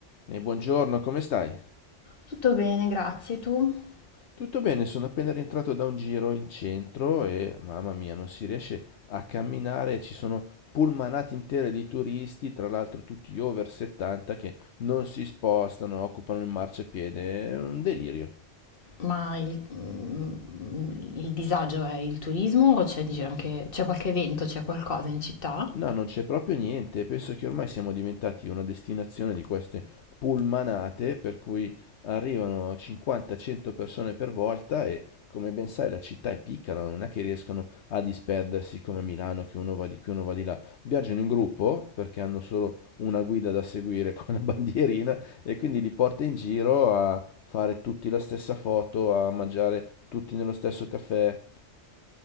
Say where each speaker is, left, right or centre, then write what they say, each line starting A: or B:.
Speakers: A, on the left (about 70°); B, on the left (about 50°).
A: E buongiorno, come stai?
B: Tutto bene, grazie. Tu?
A: Tutto bene, sono appena rientrato da un giro in centro e mamma mia, non si riesce a camminare, ci sono pullmanate intere di turisti, tra l'altro tutti over 70 che non si spostano, occupano il marciapiede, è un delirio.
B: Ma il, mm, il disagio è il turismo o c'è in giro anche, c'è qualche evento, c'è qualcosa in città?
A: No, non c'è proprio niente. Penso che ormai siamo diventati una destinazione di queste pullmanate, per cui arrivano 50-100 persone per volta e, come ben sai, la città è piccola, non è che riescono a disperdersi come a Milano, che uno va di qui, uno va di là. Viaggiano in gruppo perché hanno solo una guida da seguire <laughs> con la bandierina e quindi li porta in giro a fare tutti la stessa foto, a mangiare tutti nello stesso caffè.